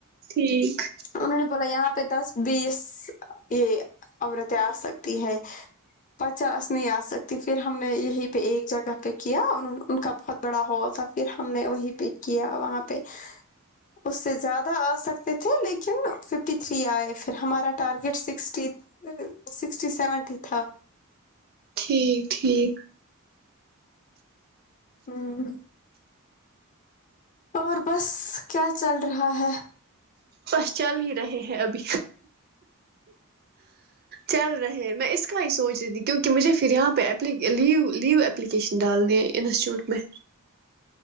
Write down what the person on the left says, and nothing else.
انہوں نے بولا یہاں پہ دس بی ایس ا اور آ سکتی ہے پچاس نہیں آ سکتی پھر ہم نے یہیں پہ ایک جگہ پہ کیا ان کا بہت بڑا ہال تھا پھر ہم نے وہیں پہ کیا وہاں پہ اس سے زیادہ آ سکتے تھے لیکن ففٹی تھری آئے پھر ہمارا ٹارگیٹ سکسٹی سکسٹی سیونٹی ہی تھا
ہ اور بس کیا چل رہا ہے